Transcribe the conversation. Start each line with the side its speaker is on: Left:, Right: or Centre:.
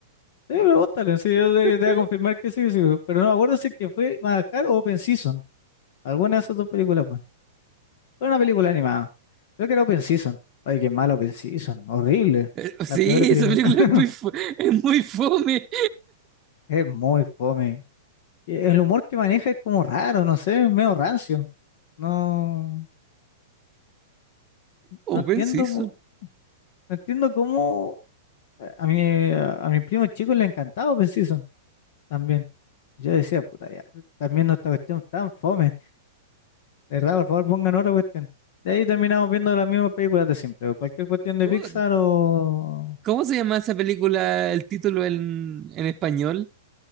Left: Sí, pregúntale, sí, yo te,
Right: <laughs>
Left: te voy a confirmar que sí, sí, pero no me acuerdo si es que fue Madagascar o Open Season. Alguna de esas dos películas, pues. Fue una película animada Creo que era Open Season. Ay, qué malo Open Season. Horrible.
Right: Eh, Sí,
Left: La peor película.
Right: esa película
Left: <laughs>
Right: es muy, fu- es muy fome.
Left: Es muy fome. E- El humor que maneja es como raro, no sé, es medio rancio. No,
Right: Open
Left: no entiendo,
Right: Season.
Left: mo- no entiendo cómo eh, a mi, a mi primo chico le encantaba Open Season también. Yo decía, puta ya, weón, también no esta cuestión tan fome. De verdad, por favor, pongan otra cuestión. De ahí terminamos viendo las mismas películas de siempre. o Cualquier cuestión de
Right: ¿Cómo,
Left: Pixar o...
Right: cómo se llama esa película, el título en, en español?